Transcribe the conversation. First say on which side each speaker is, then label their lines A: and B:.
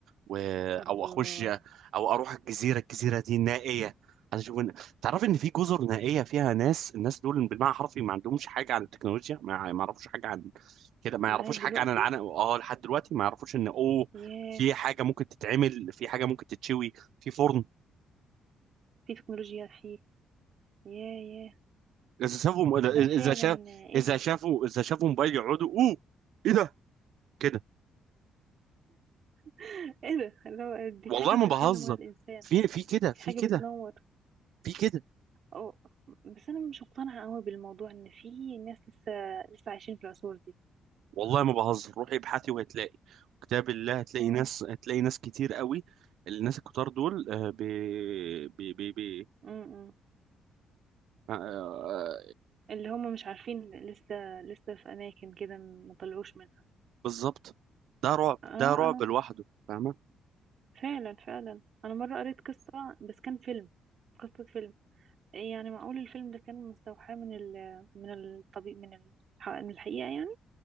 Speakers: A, on the right; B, on the right.
A: و...
B: الله
A: او اخش او اروح الجزيره الجزيره دي نائيه عايز اشوف إن... تعرف ان في جزر نائيه فيها ناس الناس دول بالمعنى الحرفي ما عندهمش حاجه عن التكنولوجيا ما ما يعرفوش حاجه عن كده ما
B: لغاية
A: يعرفوش
B: دلوقتي
A: حاجه عن العنق اه لحد دلوقتي ما يعرفوش ان اوه
B: ياه
A: في حاجه ممكن تتعمل في حاجه ممكن تتشوي في فرن
B: في تكنولوجيا فيه ياه ياه
A: اذا شافوا اذا إذا
B: لا فعلا
A: شاف
B: ايه
A: اذا
B: ده
A: شافوا اذا شافوا موبايل يقعدوا اوه ايه ده كده
B: <laughs> ايه ده اللي هو دي
A: والله
B: في حاجة بتتكلم
A: ما بهزر
B: ولا الإنسان
A: في في كده في
B: في حاجة
A: كده
B: بتنور
A: في كده
B: أو بس أنا مش مقتنعة قوي بالموضوع إن في ناس لسه لسه عايشين في العصور دي
A: والله ما بهزر روحي ابحثي وهتلاقي كتاب الله هتلاقي
B: مم.
A: ناس هتلاقي ناس كتير قوي الناس الكتار دول آه، بي بي بي بي
B: مم.
A: آه، آه،
B: اللي هم مش عارفين لسه لسه في أماكن كده ما طلعوش منها
A: بالظبط ده رعب
B: اه
A: ده رعب
B: أنا
A: لوحده فاهمه
B: فعلا فعلا أنا مرة قريت قصة بس كان فيلم قصة فيلم يعني معقول الفيلم ده كان مستوحى من ال من الطبيب من ال- من الحقيقة يعني